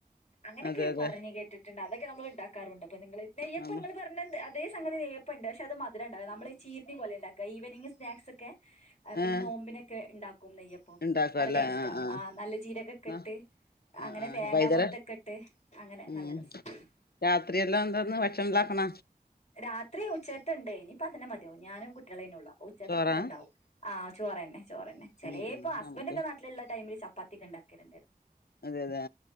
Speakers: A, on the left; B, on the left.
A: അങ്ങനെക്കെ
B: അതെ അതെ
A: പറഞ് കേട്ടിട്ട്ണ്ട് അതൊ ക്കെമ്മള് ണ്ട ക്കാറുണ്ട് അപ്പ നിങ്ങള് നെയ്യപ്പം
B: നമ്മ
A: നിങ്ങള് പറഞ്ഞ അതേ സംഗതി നെ ഇപ്പണ്ട് ക്ഷെ അത് മധരംണ്ട നമ്മള് ഈ ചീരിനി പോലെണ്ടാക്ക ഈവനിംങ് സ്നാക്സ് ഒക്കെ പിന്നേ
B: ഏഹ്
A: നോമ്പിനൊക്കെ ണ്ടാ ക്കും നെയ്യപ്പം
B: ഇണ്ടാക്കുവല്ലേ
A: നല്ല ടേസ്റ്റാ
B: ആഹ് ആഹ്
A: ആ നല്ല ജീരക്കൊക്കെ
B: ന്നാ
A: ഇട്ട്
B: ആഹ്
A: അങ്ങനെ
B: ആഹ്
A: തേങ്ങാ
B: വൈകുന്നേരം
A: കൊത്തൊക്കെ ഇട്ട് അങ്ങനെ
B: ഉം
A: നല്ല രസാ
B: രാത്രിയെല്ലാം
A: ഉം
B: എന്താന്ന് ഭക്ഷണം ഉണ്ടാക്കണ
A: രാത്രി ഉച്ചകത്തണ്ട് ഇനിപ്പ അതന്നെ മതിയാവും ഞാനും കുട്ടികളെന്നൊള്ളൂ ഉച്ചത്തെ
B: ചോറാ
A: ഫുഡ് ഇണ്ടാവും ആ ചോറെന്നെ ചോറന്നെ ചെലേപ്പം
B: ഉം ഉം
A: ഹസ്ബന്റോക്കെ
B: നമുക്ക്
A: നാട്ടിലുള്ള ടൈമില് <unintelligible>
B: അതെ അതെ